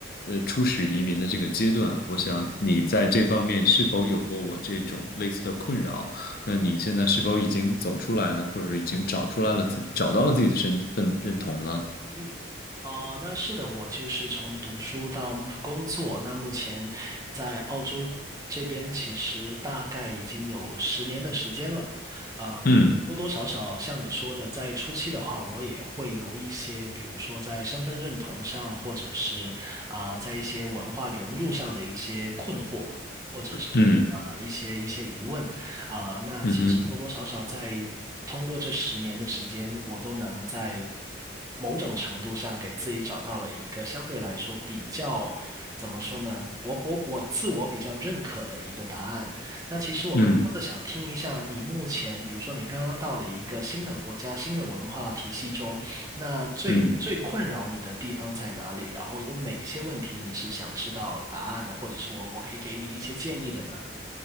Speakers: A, on the left (about 50°); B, on the right (about 20°).
A: 呃初始移民的这个阶段。我想你在这方面是否有过我这种类似的困扰？
B: 嗯
A: 那你现在是否已经走出来呢？
B: 嗯
A: 或者已经找出来了自找到了自己的身份认同呢？
B: 嗯，哦、那是的，我就是从读书到工作，那目前在澳洲这边，其实大概已经有十年的时间了，啊、
A: 嗯
B: 多多少少像你说的，在初期的话，我也会有一些，比如说在身份认同上，或者是啊、在一些文化融入上的一些困惑，或者是呃一些一些疑问。
A: 嗯
B: 啊、那其实多多少少在通过这十年的时间，
A: 嗯哼
B: 我都能在某种程度上给自己找到了一个相对来说比较，怎么说呢？我我我自我比较认可的一个答案。那其实我更多的想听一下你目前，
A: 嗯。
B: 比如说你刚刚到了一个新的国家、新的文化体系中，那最最困扰你的地方在哪里？
A: 嗯
B: 然后有哪些问题你是想知道答案的，或者是我我可以给你一些建议的呢？